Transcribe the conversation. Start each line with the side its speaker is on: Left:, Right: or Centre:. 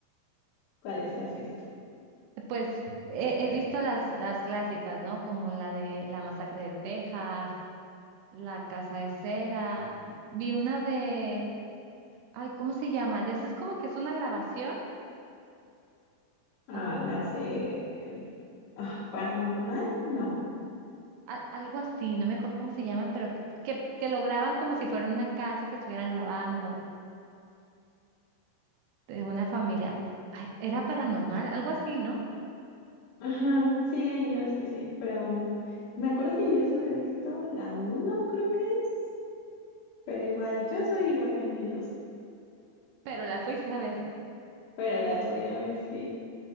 Left: ¿Cuáles has visto?
Right: Pues he, he visto las, las clásicas, ¿no? Como la de La Masacre de Texas, La Casa de Cera, vi una de, ay, ¿cómo se llama? De esas como que es una grabación,
Left: Ah,
Right: ah,
Left: las de ah, paranormal, no.
Right: a- algo así, no me acuerdo cómo se llama, pero que, que, que lo graban como si fuera una casa que estuvieran grabando. de una familia. Ay, era paranormal, algo así, ¿no?
Left: Ajá, sí, hay unas que sí, pero me acuerdo que yo solo he visto la uno, creo que es, pero igual, yo soy igual bien miedosa,
Right: Pero la fuiste a ver.
Left: pero las voy a ver, sí.